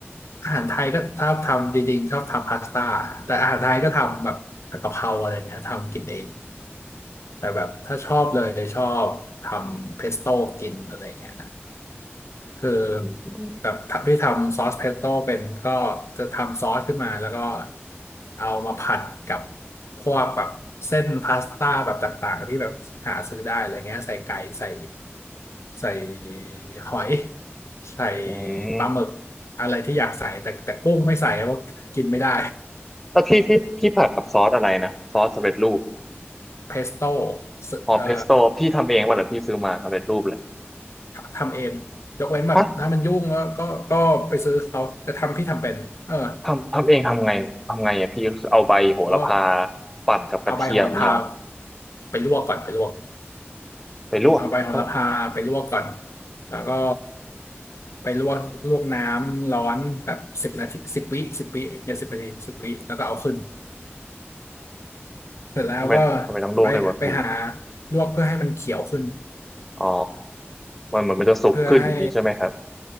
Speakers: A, on the left; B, in the centre.
A: อาหารไทยก็ชอบทำจริงๆชอบทำพาสต้าแต่อาหารไทยก็ทำแบบผัดกะเพราอะไรเงี้ยทำกินเองแต่แบบถ้าชอบเลยชอบทำเพสโต้กินอะไรเงี้ย คือ
B: อืม
A: แบบพี่ทำซอสเพสโต้เป็นก็จะทำซอสขึ้นมาแล้วก็เอามาผัดกับพวกแบบเส้นพาสต้าแบบต่างๆที่แบบหาซื้อได้อะไรเงี้ยใส่ไก่ใส่ใส่หอยใส่
B: อืม
A: ปลาหมึกอะไรที่อยากใส่แต่แต่กุ้งไม่ใส่เพราะกินไม่ได้
B: แล้วพี่พี่พี่ผัดกับซอสอะไรนะซอสสำเร็จรูป
A: <laughs> เพสโต้
B: อ๋อเพสโต้พี่ทำเองวะหรือพี่ซื้อมาสำเร็จรูปเลย
A: เอ่อทำเองยกเว้นแบบถ้ามันยุ่งก็ก็ก็ไปซื้อเขาแต่ทำพี่ทำเป็นเออ
B: ฮะทำทำเองทำไงทำไงอ่ะพี่ก็คือเอาใบโหระพา
A: เพราะ
B: ปั่นกับกระเทียมนี่หรอ
A: เอาใบโหระพาไปลวกก่อนไปลวก
B: ไปลวกเอ้า
A: เอาใบโหระพาไปลวกก่อนแล้วก็ไปลวกลวกน้ำร้อนแบบสิบนาทีสิบวิสิบวิอย่าสิบนาทีสิบวิแล้วก็เอาขึ้นเสร็จแล้วก็
B: ทำไมทำไมต้องลวกด้วยวะพี่
A: ไปไปหาลวกเพื่อให้มันเขียวขึ้น
B: อ๋อมันเหมือนมันจะสุกขึ้นอย่างนี้ใช่ไหมครับ
A: เพื่อให้